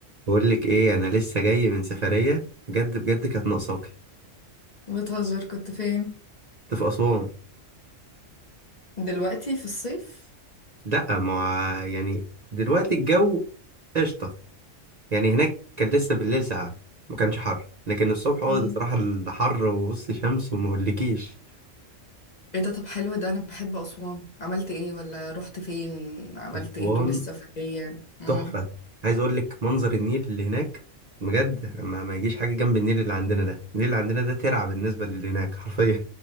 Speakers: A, on the right; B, on the left.
A: بقول لك ايه انا لسه جاي من سفريه بجد بجد كانت ناقصاكي
B: بتهزر كنت فين
A: كنت في اسوان
B: دلوقتي في الصيف
A: لا ما يعني دلوقتي الجو قشطه يعني هناك كان لسه بالليل ساقعه ما كانش حر لكن الصبح هو
B: مم.
A: بصراحه الحر وبص شمس وما اقولكيش
B: ايه ده طب حلو ده انا بحب اسوان عملت ايه ولا رحت فين عملت
A: اسوان
B: ايه طول السفرية مم.
A: تحفه عايز اقول لك منظر النيل اللي هناك بجد ما, ما يجيش حاجه جنب النيل اللي عندنا ده النيل اللي عندنا ده ترعه بالنسبه للي هناك حرفيا